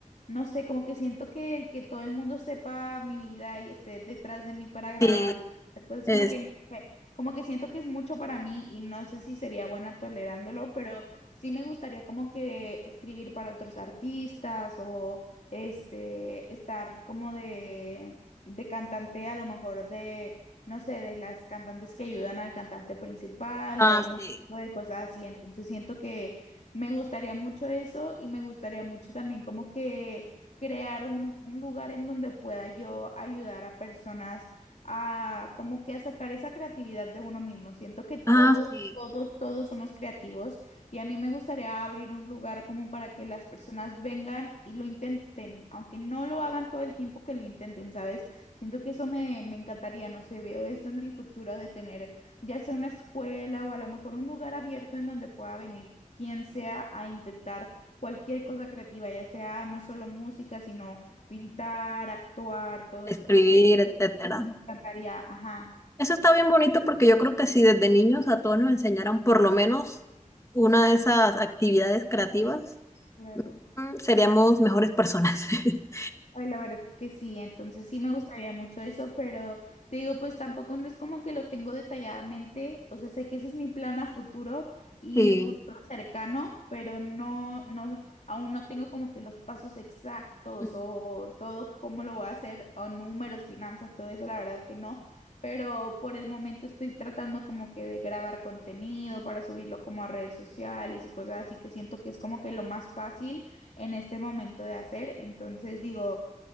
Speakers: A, on the left (about 60°); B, on the left (about 20°).
A: no sé, como que siento que el que todo el mundo sepa mi vida y esté detrás de mí para grabarme,
B: sí,
A: es
B: es,
A: como que no sé, como que siento que es mucho para mí y no sé si sería buena tolerándolo, pero Sí me gustaría como que escribir para otros artistas o este, estar como de, de cantante a lo mejor de, no sé, de las cantantes que ayudan al cantante principal
B: ah,
A: o algún
B: sí,
A: tipo de cosas así. Entonces siento que me gustaría mucho eso y me gustaría mucho también como que crear un, un lugar en donde pueda yo ayudar a personas a como que a sacar esa creatividad de uno mismo. Siento que todos,
B: ah, sí,
A: todos, todos somos creativos. Y a mí me gustaría abrir un lugar como para que las personas vengan y lo intenten, aunque no lo hagan todo el tiempo que lo intenten, ¿sabes? Siento que eso me, me encantaría, no sé, veo esto en mi futuro de tener ya sea una escuela o a lo mejor un lugar abierto en donde pueda venir quien sea a intentar cualquier cosa creativa, ya sea no solo música, sino pintar, actuar, todo
B: escribir,
A: eso. Siento que
B: etcétera.
A: me encantaría, ajá,
B: Eso está bien bonito porque yo creo que si desde niños a todos nos enseñaran por lo menos una de esas actividades creativas,
A: claro.
B: mm, seríamos mejores personas. <laughs>
A: Ay, la verdad que sí, entonces sí me gustaría mucho eso, pero te digo, pues tampoco no es como que lo tengo detalladamente, o sea, sé que ese es mi plan a futuro y
B: Sí,
A: futuro cercano, pero no, no, aún no tengo como que los pasos exactos
B: Mm.
A: o todo cómo lo voy a hacer, o números, finanzas, todo eso, la verdad que no, pero por el momento estoy tratando como que de grabar contenido para subirlo como a redes sociales y cosas así que siento que es como que lo más fácil en este momento de hacer, entonces digo...